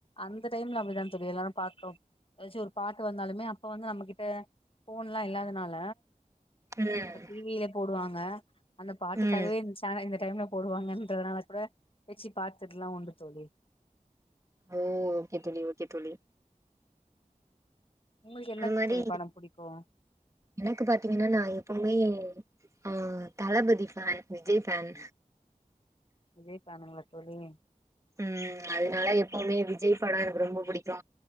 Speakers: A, on the left (about 40°); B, on the right (about 20°).
A: அந்த டைம்ல அப்படிதா தோழி எல்லாரு பாத்தோ எதாச்சு ஒரு பாட்டு வந்தாலுமே அப்ப வந்து நம்மகிட்ட ஃபோன்லா இல்லாதுனால
B: ம்
A: இப்ப டிவில போடுவாங்க அந்த பாட்டுக்காகவே
B: ம்
A: இந் சேனல இந்த டைம்ல போடுவாங்கன்றதுனால கூட வெச்சு பாத்தட்லா உண்டு தோழி
B: ஓ ஓகே தோழி ஓகே தோழி
A: உங்களுக்கு என்ன
B: அந்த மாரி
A: தோழி படம் புடிக்கு
B: எனக்கு பாத்தீங்கன்னா நா எப்பவுமே அ தளபதி ஃபேன் விஜய் ஃபேன்
A: விஜய்‌ ஃபேனுங்ளா தோழி
B: ம் அதனால எப்பவுமே விஜய் படோ எனக்கு ரொம்போ புடிக்கு